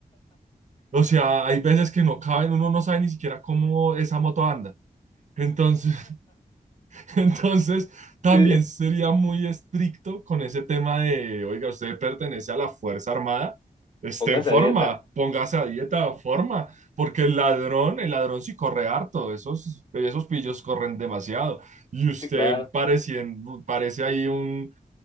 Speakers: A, on the right; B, on the left.
A: O sea, hay veces que no caben, uno no sabe ni siquiera cómo esa moto anda. Entonces, <laughs> Entonces, también
B: Sí,
A: sería muy estricto con ese tema de, oiga, usted pertenece a la Fuerza Armada, esté
B: póngase
A: en forma,
B: a dieta.
A: póngase a dieta, forma, porque el ladrón, el ladrón sí corre harto, esos, esos pillos corren demasiado, y usted
B: Sí, claro.
A: parecien- parece ahí un,